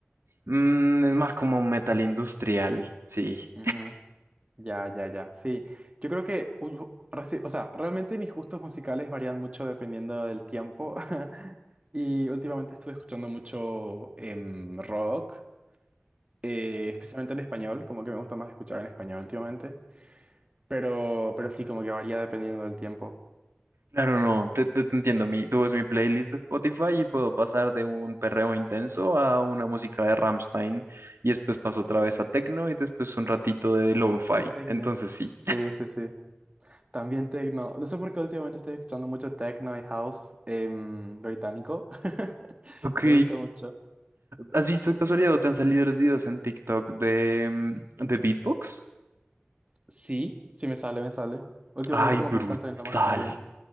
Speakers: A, on the right; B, on the right.
A: Mm, es más como metal industrial. Sí.
B: Ujú. Ya, ya, ya. Sí, yo creo que, usu- reci- o sea, realmente mis gustos musicales varían mucho dependiendo del tiempo. <laughs> Y últimamente estuve escuchando mucho em, rock, eh, especialmente en español, como que me gusta más escuchar en español últimamente. Pero, pero sí, como que varía dependiendo del tiempo.
A: Claro, no. Te, te- te entiendo. Mi, tú ves mi playlist de Spotify y puedo pasar de un perreo intenso a una música de Rammstein. Y después paso otra vez a techno y después un ratito de lo-fi.
B: Uy, tecno.
A: Entonces sí.
B: Sí, sí, sí. También tecno. No sé por qué últimamente estoy escuchando mucho techno y house em, británico. <laughs>
A: Ok.
B: Me gusta mucho.
A: ¿Has visto de casualidad o te han salido los videos en TikTok de, mm, de beatbox?
B: Sí, sí me sale, me sale. Últimamente
A: Ay,
B: como
A: brutal.
B: que me están saliendo más también.